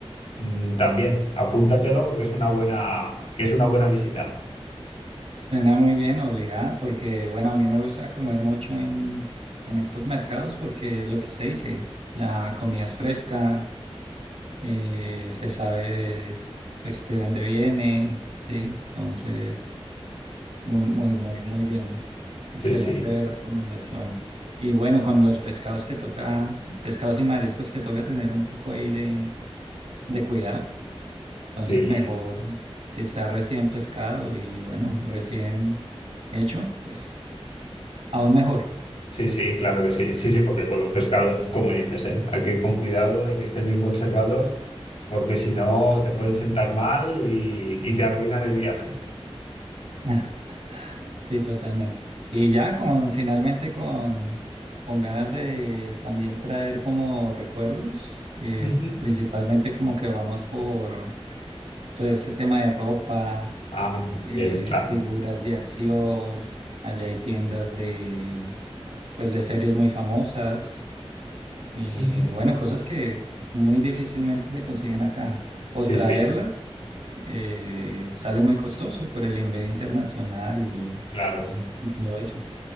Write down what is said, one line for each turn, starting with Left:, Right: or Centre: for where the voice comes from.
Left: mm, también apúntatelo porque es una buena, que es una buena visita.
Right: Suena muy bien, obligada, porque bueno, a mí me gusta comer mucho en, en estos mercados porque lo que usted dice, la comida es fresca, eh, se sabe pues de dónde viene, sí, entonces muy, muy, muy, muy bien. Excelente
Left: Sí, sí,
Right: recomendación. Y bueno, con los pescados que toca, pescados y mariscos que toca tener un poco ahí de, de cuidado, entonces
Left: sí,
Right: mejor si está recién pescado y bueno, recién hecho, pues. Aún mejor.
Left: sí, sí, claro que sí. Sí, sí, porque con los pescados es como dices, ¿eh? Hay que ir con cuidado de que estén bien conservados porque si no te pueden sentar mal y, y te arruinan el viaje.
Right: <laughs> Sí, totalmente. Y ya con finalmente con, con ganas de también traer como recuerdos, eh,
Left: Ujú.
Right: principalmente como que vamos por todo este tema de ropa,
Left: Ah, muy
Right: eh,
Left: bien, claro.
Right: figuras de acción, allá hay tiendas de pues de series muy famosas y
Left: Ujú.
Right: bueno, cosas que muy difícilmente se consiguen acá. O
Left: Sí,
Right: traerlas
Left: sí,
Right: eh, sale muy costoso por el envío internacional y
Left: claro.
Right: y todo eso.